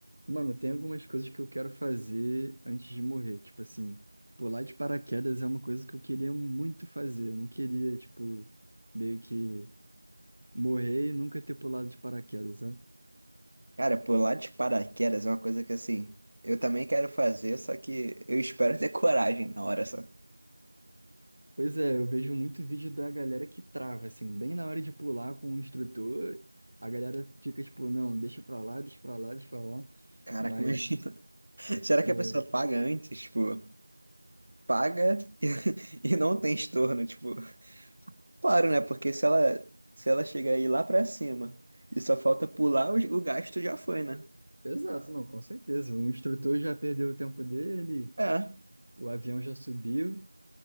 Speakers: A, on the right; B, on the right.
A: Mano, tem algumas coisas que eu quero fazer antes de morrer. Tipo assim, pular de paraquedas é uma coisa que eu queria muito fazer. Eu não queria, tipo, meio que morrer e nunca ter pulado de paraquedas, sabe?
B: Cara, pular de paraquedas é uma coisa que assim, eu também quero fazer, só que eu espero <laughs> ter coragem na hora só.
A: Pois é, eu vejo muito vídeo da galera que trava, assim, bem na hora de pular com o instrutor, a galera fica tipo, não, deixa pra lá, deixa pra lá, deixa pra lá.
B: Caraca,
A: Mas,
B: imagina. <laughs> Será que
A: é,
B: a pessoa paga antes? Tipo, paga <laughs> e, e não tem estorno, tipo. Claro, né? Porque se ela, se ela chegar aí lá pra cima e só falta pular, o, o gasto já foi, né?
A: exato, não, com certeza. O instrutor já perdeu o tempo dele,
B: É,
A: o avião já subiu.